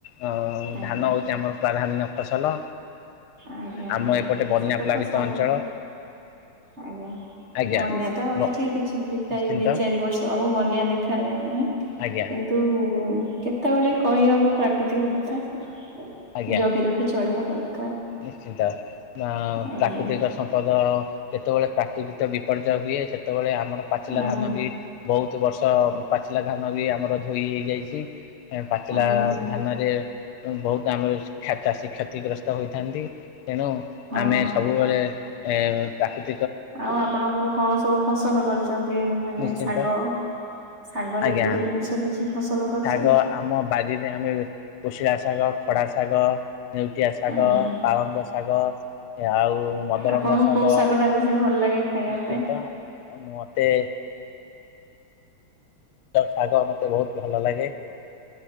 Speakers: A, on the left; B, on the right.
A: ଅ
B: ଆଜ୍ଞା
A: ଧାନ ହୋଉଚି ଆମର ପ୍ରାଧାନ୍ୟ ଫସଲ
B: ଆଜ୍ଞା ଆଜ୍ଞା।
A: ଆମ ଏପଟେ ବନ୍ୟା
B: ସେଟା
A: ପ୍ଲାବିତ
B: ତ ସବୁ
A: ଅଞ୍ଚଳ
B: ଆଜ୍ଞା।
A: ଆଜ୍ଞା।
B: ବନ୍ୟା ତ ଆଉ
A: ବ
B: ଏଠି କିଛି ଦିତାରି
A: ନିଶ୍ଚିନ୍ତ
B: ଦିଇ ଚାରି ବର୍ଷ ହବ ବନ୍ୟା ଦେଖାାଯାଉନାହିଁ।
A: ଆଜ୍ଞା
B: କିନ୍ତୁ କେତେବେଳେ କହିହବ ପ୍ରାକୃତିକ କଥା
A: ଆଜ୍ଞା
B: ଜଗି ରଖି ଚଳିବା ଦରକାର।
A: ନିଶ୍ଚିନ୍ତ ନା ଆଉ
B: ଆଜ୍ଞା
A: ପ୍ରାକୃତିକ ସମ୍ପଦ ଯେତେବେଳେ ପ୍ରାକୃତିକ ବିପର୍ଯ୍ୟୟ ହୁଏ ସେତେବେଳେ ଆମର ପାଚିଲା
B: ଆଜ୍ଞା
A: ଧାନ ବି ବୋହୁତ ବର୍ଷ ପାଚିଲା ଧାନ ବି ଆମର ଧୋଇ ହେଇ ଯାଇଚି ପାଚିଲା
B: ଆଜ୍ଞା
A: ଧାନରେ ବୋହୁତ ଆମର ଚାଷୀ କ୍ଷତିଗ୍ରସ୍ତ ହୋଇଥାଏ। ତେଣୁ
B: ହଁ।
A: ଆମେ ସବୁବେଳେ ଏ ପ୍ରାକୃତି
B: ଆଉ ଆପଣଙ୍କର କଣ ସବୁ ଫସଲ କରିଚନ୍ତି ମାନେ
A: ନିଶ୍ଚିନ୍ତ
B: ଶାଗ ସାଙ୍ଗ ଜେତିକ
A: ଆଜ୍ଞା।
B: ଜିନିଷ କିଛି ଫସଲ କରିଛନ୍ତି?
A: ଶାଗ ଆମ ବାରିରେ ଆମେ କୁଶିଳା ଶାଗ ଖଡା ଶାଗ ନେଉଟିଆ ଶାଗ
B: ଆଜ୍ଞା
A: ପାଳଙ୍ଗ ଶାଗ ଆଉ ମଦରଙ୍ଗା
B: ଆପଣଙ୍କୁ
A: ଶାଗ
B: କୋଉ
A: ନିଶ୍ଚିନ୍ତ
B: ଟା ବେଶୀ ଭଲ ଲାଗେ ଖାଇବା ପାଇଁ?
A: ଉଁ ମତେ ତ ଶାଗ ମତେ ବହୁତ ଭଲ ଲାଗେ।